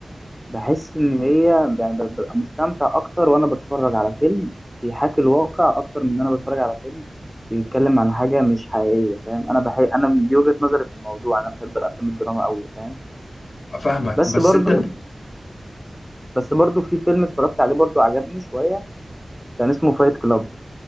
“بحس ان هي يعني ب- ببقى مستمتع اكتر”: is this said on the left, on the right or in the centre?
Centre